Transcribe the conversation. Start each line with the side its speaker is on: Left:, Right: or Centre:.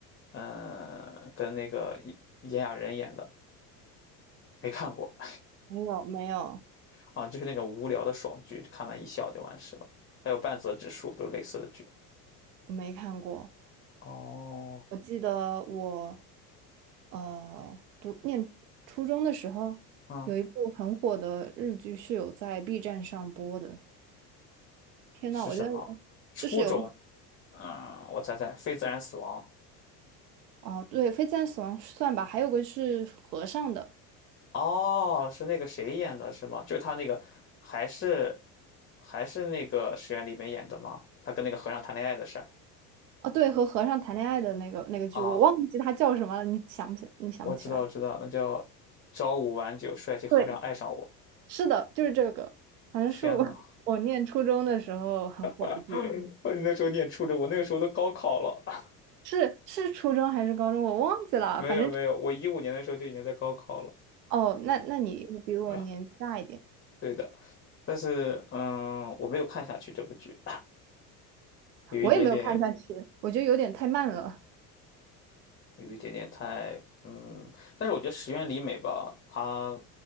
Left: 嗯、呃跟那个炎亚纶演的，没看过。
Right: 没有，没有，
Left: 啊，就是那种无聊的爽剧，看完一笑就完事了。还有半泽直树都是类似的剧。
Right: 我没看过。
Left: 哦，
Right: 我记得我呃读念初中的时候，
Left: 嗯，
Right: 有一部很火的日剧是有在 B 站上播的。天呐，
Left: 是什么？
Right: 我觉得
Left: 初中？
Right: 就是有
Left: 嗯，我猜猜，非自然死亡。
Right: 哦，对，《非自然死亡》算吧，还有个是和尚的。
Left: 哦，是那个谁演的，是吗？就是他那个，还是还是那个石原里美演的吗？他跟那个和尚谈恋爱的事儿
Right: 哦，对，和和尚谈恋爱的那个那个剧，
Left: 啊，
Right: 我忘记他叫什么了，你想不想？你想不起来？
Left: 我知道，我知道，那叫朝五晚九，帅气和尚爱上我。
Right: 对，是的，就是这个，好像是我
Left: 天呐，
Right: <laughs> 我念初中的时候很火的剧吧？
Left: <laughs> 啊你那时候念初中，我那个时候都高考了。
Right: 是是初中还是高中？我忘记了，
Left: 没有没有，
Right: 反正这
Left: 我一五年的时候就已经在高考了
Right: 哦，那那你比我年纪大一点，
Left: 啊，<laughs> 对的，但是嗯，我没有看下去这部剧，有一点点，
Right: 我也没有看下去，我觉得有点太慢了。
Left: 有一点点太嗯，但是我觉得石原里美吧，她